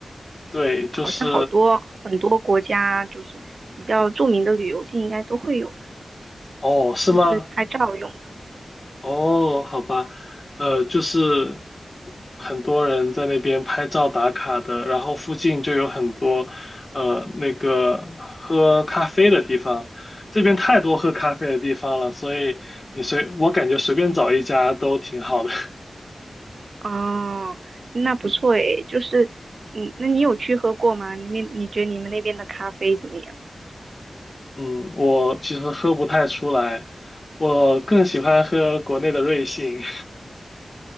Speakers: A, on the left; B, on the right.
A: 对，就是，
B: 好像好多很多国家就是比较著名的旅游地应该都会有吧，
A: 哦，是吗？
B: 就是拍照用的。
A: 哦，好吧，呃，就是很多人在那边拍照打卡的，然后附近就有很多呃那个喝咖啡的地方，这边太多喝咖啡的地方了，所以你随，我感觉随便找一家都挺好的。<laughs>
B: 哦，那不错诶，就是嗯，那你有去喝过吗？你们你觉得你们那边的咖啡怎么样？
A: 嗯，我其实喝不太出来，我更喜欢喝国内的瑞幸。